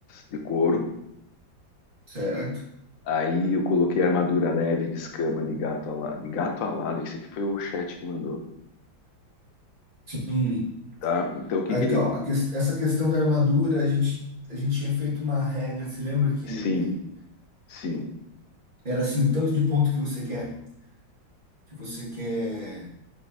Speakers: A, on the left (about 55°); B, on the right (about 25°).
A: de couro.
B: certo.
A: Aí eu coloquei armadura leve de escama de gato alado, de gato alado, que isso aqui foi o chat que mandou,
B: Hum.
A: tá? Então o que
B: Ah,
A: que
B: Então,
A: ele.
B: a ques- essa questão da armadura, a gente, a gente tinha feito uma regra, se lembra que
A: Sim, sim.
B: era assim, o tanto de ponto que você quer? que você quer